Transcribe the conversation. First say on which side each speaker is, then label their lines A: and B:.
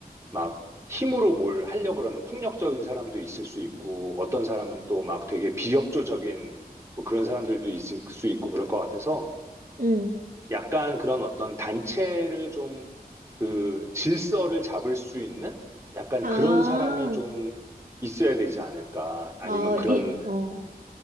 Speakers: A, on the right; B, on the right.
A: 막 힘으로 뭘 하려고 그러는 폭력적인 사람도 있을 수 있고 어떤 사람은 또 막 되게 비협조적인 뭐 그런 사람들도 있을 수 있고 그럴 것 같아서
B: 응.
A: 약간 그런 어떤 단체를 좀 그 질서를 잡을 수 있는 약간
B: 아,
A: 그런 사람이 좀 있어야 되지 않을까. 아니면
B: 어,
A: 그런,
B: 리, 어,